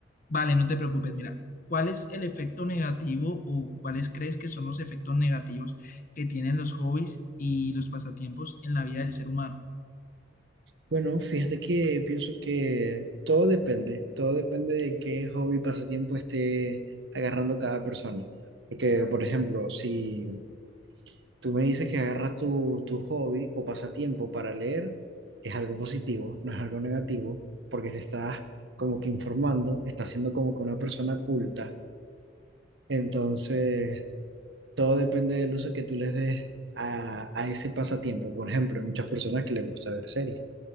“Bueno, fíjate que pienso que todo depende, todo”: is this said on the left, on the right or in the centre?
Right